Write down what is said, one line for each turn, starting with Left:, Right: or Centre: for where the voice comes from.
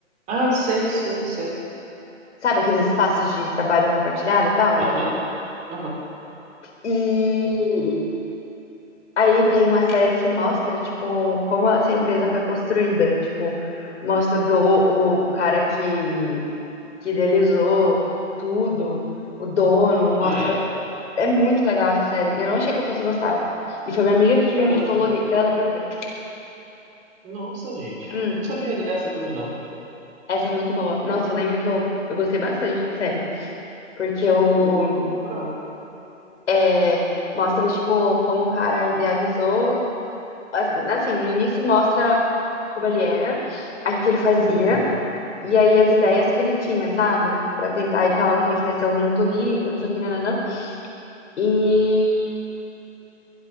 Right: Ah, sei, sei, sei.
Left: sabe, aqueles espaços de trabalho compartilhado e tal.
Right: Aham, aham.
Left: E aí tem uma série que mostra, tipo, como essa empresa foi construída. Tipo, mostra do, o cara que, que idealizou tudo, o dono, mostra.
Right: Ah, é?
Left: É muito legal essa série. Eu não achei que eu fosse gostar. E foi minha amiga que me
Right: Caramba.
Left: emprestou o logo dela pra eu ver.
Right: Nossa, gente.
Left: Hum,
Right: Não sabia dessa também, não.
Left: essa é muito boa. Nossa, eu lembro que eu, eu gostei bastante da série. Porque eu,
Right: Ah, eu vou procurar.
Left: É, mostra, tipo, como o cara idealizou. as- Assim, no início mostra como ele era, aí o que ele fazia,
Right: Uhum.
Left: e aí as ideias que ele tinha, sabe? Pra tentar, ele falava que ele queria ser um muito rico, não sei o que, nananã. E,